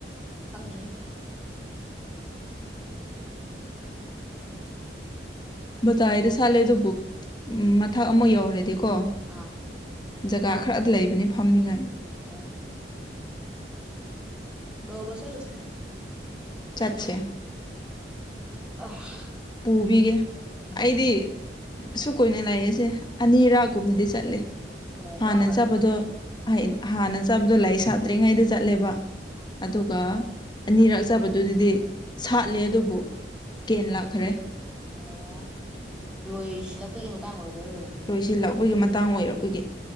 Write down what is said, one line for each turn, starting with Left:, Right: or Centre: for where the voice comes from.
Centre: ꯍꯪꯉꯦ
Left: ꯚꯇꯥꯥꯏꯗ ꯁꯥꯠꯂꯦ ꯑꯗꯨꯕꯨ ꯃꯊꯛ ꯑꯃ ꯌꯧꯔꯗꯤꯀꯣ
Centre: ꯑꯥ
Left: ꯖꯒꯥ ꯈꯔꯗꯤ ꯂꯩꯕꯅꯤ ꯐꯝꯅꯤꯉꯥꯏ
Centre: ꯑꯣ ꯅꯧꯕꯁꯂꯁꯦ
Left: ꯆꯠꯁꯦ
Centre: ꯑ
Left: ꯄꯨꯕꯤꯒꯦ
Centre: ꯎꯝ
Left: ꯑꯩꯗꯤ ꯁꯨ ꯀꯣꯏꯏꯅ ꯂꯥꯛꯌꯦꯁꯦ ꯑꯅꯤꯔꯥꯒꯨꯝꯕꯗꯤ ꯆꯠꯂꯦ
Centre: ꯑꯣ
Left: ꯍꯥꯟꯅ
Centre: ꯋꯥꯕ꯭ꯔꯥ
Left: ꯆꯥꯄꯗꯣ ꯍꯥꯟꯅ ꯆꯥꯕꯗꯣ ꯂꯥꯏꯔꯤꯛ ꯁꯥꯠꯇ꯭ꯔꯤꯉꯩꯗ ꯆꯠꯂꯦꯕ
Centre: ꯑꯥ
Left: ꯑꯗꯨꯒ ꯑꯅꯤꯔꯛ ꯆꯥꯕꯗꯨꯗꯗꯤ ꯁꯥꯠꯂꯦ ꯑꯗꯨꯕꯨ ꯀꯦꯟ ꯂꯥꯛꯈꯔꯦ
Centre: ꯑꯣ ꯂꯣꯏ ꯁꯤꯜꯂꯛꯄꯒꯤ ꯃꯇꯥꯡ ꯑꯣꯏꯕ꯭ꯔ ꯑꯣꯏꯔꯕꯝꯅꯦ
Left: ꯂꯣꯏꯁꯤꯜꯂꯛꯄꯒꯤ ꯃꯇꯥꯡ ꯑꯣꯏꯔꯛ ꯑꯩꯄꯣꯏꯒꯤ